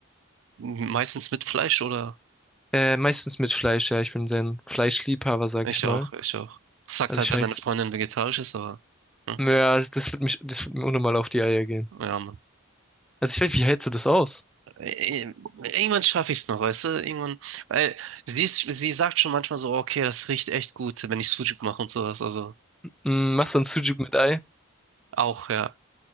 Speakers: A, on the right (about 65°); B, in the centre.
A: Meistens mit Fleisch, oder?
B: Äh, meistens mit Fleisch, ja. Ich bin sehr ein Fleischliebhaber, sag
A: Ich
B: ich mal.
A: auch, ich auch. Sagt
B: Also
A: halt,
B: ich
A: wenn
B: weiß,
A: deine Freundin vegetarisch ist, aber... hm,
B: ja, also das wird mich, das wird mir unnormal auf die Eier gehen.
A: Ja, Mann.
B: Also ich weiß, wie hältst du das aus?
A: Ey, Irgendwann schaffe ich es noch, weißt du? Irgendwann... Weil sie ist, sie sagt schon manchmal so, okay, das riecht echt gut, wenn ich Sucuk mache und sowas, also...
B: Hm, machst du ein Sujuk mit Ei?
A: Auch, ja,